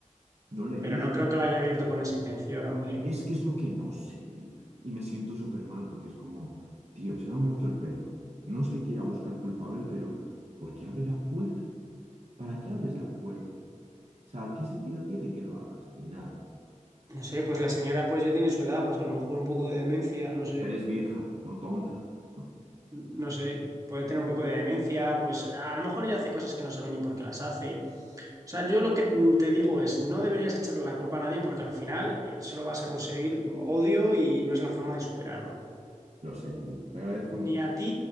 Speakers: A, on the right (about 55°); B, on the right (about 25°).
A: No le
B: Pero
A: gustan.
B: no creo que lo haya abierto con esa intención, hombre.
A: Es que es lo que no sé, tío. Y me siento súper mal porque es como, tío, se me ha muerto el perro. No es que quiera buscar culpables, pero ¿por qué abres la puerta? ¿Para qué abres la puerta? O sea, ¿qué sentido tiene que lo hagas? Ni nada.
B: No sé, pues la señora pues ya tiene su edad, pues a lo mejor un poco de demencia, no sé,
A: Pero es vieja, no tonta. <laughs>
B: no sé. Puede tener un poco de demencia, pues a lo mejor ya hace cosas que no sabe ni por qué las hace. O sea, yo lo que te digo es, no deberías echarle la culpa a nadie porque al final eh, solo vas a conseguir odio y no es la forma de superarlo.
A: Lo sé, tío. Te agradezco mucho.
B: Ni a ti,